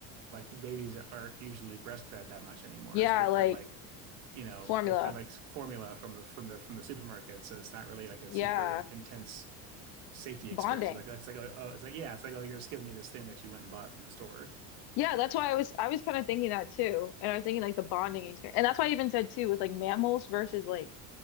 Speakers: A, on the right; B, on the left.
A: like babies aren't usually breastfed that much anymore.
B: Yeah,
A: So they're fed
B: like
A: like you know
B: formula.
A: they're fed like formula from the from the from the supermarket. So it's not really like a
B: Yeah,
A: super intense safety
B: bonding.
A: experiences. Like it's like oh, oh it's like yeah, it's like oh you're just giving me this thing that you went and bought from the store.
B: Yeah, that's why I was I was kind of thinking that too. And I was thinking like the bonding experience. And that's why I even said too with like mammals versus like